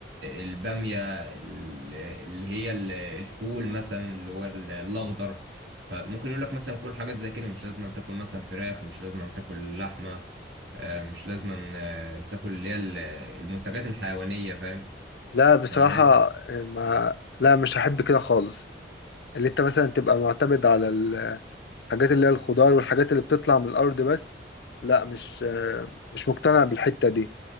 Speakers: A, on the right (about 80°); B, on the left (about 65°).
A: البامية ال- اللي هي ال- الفول مثلا اللي هو ال- الأخضر فممكن يقول لك مثلا كل حاجات زي كده مش لازم أن تاكل مثلا فراخ مش لازم أن تاكل لحمة آه، مش لازم أن آه، تاكل اللي هي ال- المنتجات الحيوانية فاهم
B: لا بصراحه
A: فهي
B: آه ما لا مش هحب كده خالص اللي انت مثلا تبقى معتمد على الحاجات اللي هي الخضار والحاجات اللي بتطلع من الارض بس لا مش آه مش مقتنع بالحته دي